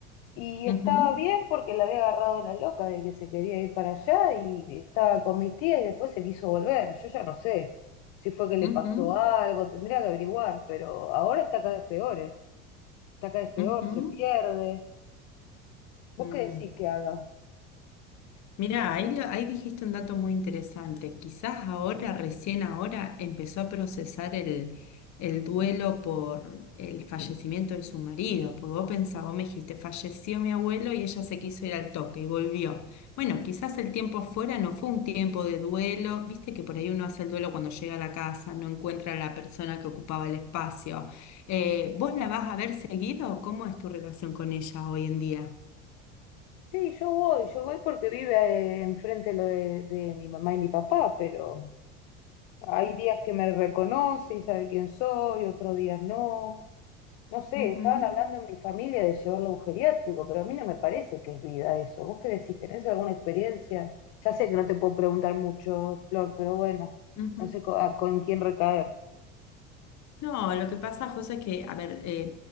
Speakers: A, on the left; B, on the left.
A: Y estaba
B: Ujú,
A: bien porque la había agarrado la loca de que se quería ir para allá y estaba con mis tías y después se quiso volver. Yo ya no sé si fue que le
B: ujú,
A: pasó algo, tendría que averiguar, pero ahora está cada vez peor, ¿eh? Está cada vez peor,
B: ujú,
A: se pierde. ¿Vos
B: mm.
A: qué decís que haga?
B: Mirá, ahí, lo- ahí dijiste un dato muy interesante. Quizás ahora, recién ahora, empezó a procesar el, el duelo por el fallecimiento de su marido. Porque vos pensás, vos me dijiste, falleció mi abuelo y ella se quiso ir al toque y volvió. Bueno, quizás el tiempo afuera no fue un tiempo de duelo. Viste que por ahí uno hace el duelo cuando llega a la casa, no encuentra a la persona que ocupaba el espacio. Eh, ¿vos la vas a ver seguido? ¿Cómo es tu relación con ella hoy en día?
A: Sí, yo voy, yo voy porque vive eh, enfrente lo de, de mi mamá y mi papá, pero Hay días que me reconoce y sabe quién soy, otros días no. No sé,
B: Ujú,
A: estaban
B: ujú,
A: hablando en mi familia de llevarlo a un geriátrico, pero a mí no me parece que es vida eso. ¿Vos qué decís? ¿Tenés alguna experiencia? Ya sé que no te puedo preguntar mucho, Flor, pero bueno,
B: ujú.
A: no sé co- a- con quién recaer.
B: No, lo que pasa, José, es que, a ver, eh,